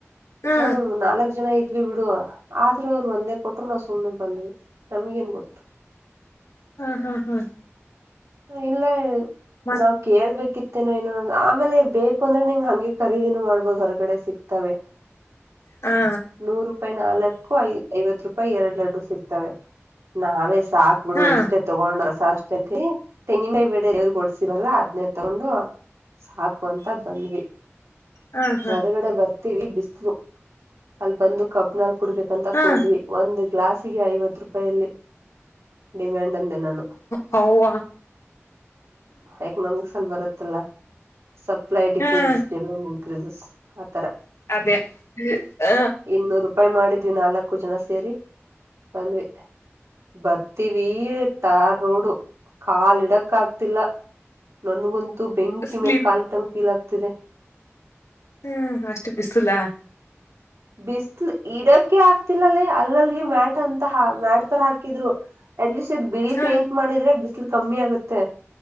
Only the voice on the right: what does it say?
ನಾವು ನಾಲ್ಕ್ ಜನ ಇದ ವಿ ಬಿಡುವ ಆದ್ರೂ ಅವರು ಒಂದೇ ಕೊಟ್ರು ನಾವು ಸುಮನೆ ಬಂದ್ವಿ ನಮಗೆ ಎನ್ ಗೊತ್ತು
ಇಲ್ಲ
ನಾ ಕೇಳ್ಬೇಕಿತ್ತೇನೋ ಏನ ಆಮೇಲೆ ಬೇಕು ಅಂದ್ರೆ ನಿಂಗೆ ಹಂಗೆ ಖರೀದಿನು ಮಾಡಬಹೋದು ಹೊರಗಡೆ ಸಿಗ್ತವೆ
ನೂರು ರೂಪಾಯಿ ನಾಲ್ಕು ಐ ಐವತ್ತು ರೂಪಾಯಿ ಎರಡ್ ಲಡ್ಡು ಸಿಗ್ತವೆ ನಾವೇ ಸಾಕು ಗಳು
ಇಷ್ಟೆ ತಗೊಂಡ್ ರಸ ಅಷ್ಟ ತೆಂಗಿನಾಯಿ ಬಡ ದೇವ್ರರು ಗ ಹೋಡ್ಸಿದಲ್ಲಾ ಅದನ್ನು ತಗೊಂಡು ಸಾಕು ಅಂತ ಬಂದ್ವಿ
ಹೊರಗಡೆ ಬರ್ತ ವಿ ಬಿಸಲು ಅಲ್ಲಿ ಬಂದು ಕಬ್ನಲ್ ಕುಡ್ಬೇಕಂತ
ಕುಡಿದ್ವಿ ಒಂದ ಗ್ಲಾಸಿಗೆ ಐವತ್ತು ರೂಪಾಯಲ್ಲಿ ಡಿಮ್ಯಾಂಡ್ ಅಂದೆ ನಾನು
ಎಕನಾಮಿಕ್ಸ್ ಅಲ್ಲಿ ಬರುತ್ತಲ್ಲ ಸಪ್ಲೈ ಡಿಕ್ರೀಸ್
ಡಿಮ್ಯಾಂಡ್ ಇನ್ಕ್ರೀ ಆ ಥರಾ
ಇನ್ನೂರು ಉಪಾಯ ಮಾಡಿದ್ವಿ ನಾಲ್ಕು ಜನ ಸೇರಿ ಬಂದ್ವಿ ಬರ್ತೀವಿ.. ಟಾರ್ ರೋಡು ಕಾಲ ಇಡಕ್ ಆಗ್ತಿಲ್ಲ ನನ್ಗಂತೂ ಬೆಂಕಿ
ಮೇಲ್ ಕಾಾಲಿಟ್ಟಂಗ ಫೀಲ್ ಆಗ್ತಿದೆ
ಬಿಸ್ಲು ಇಡಕ್ಕೆ ಆಕ್ತಿಲ್ಲಲ್ಲೇ ಅಲ್ಲಲ್ಗೆ ಮ್ಯಾಟ್ ಅಂತ ಮ್ಯಾಟ್ ತರ ಹಾಕಿದ್ರು ಅಟ್ಲೀಸ್ಟ್ ಇ ಬಿಳಿ
ಪೇಂಟ್ ಮಾಡಿದ್ರೆ ಬಿಸಿಲು ಕಮ್ಮಿ ಆಗುತ್ತೆ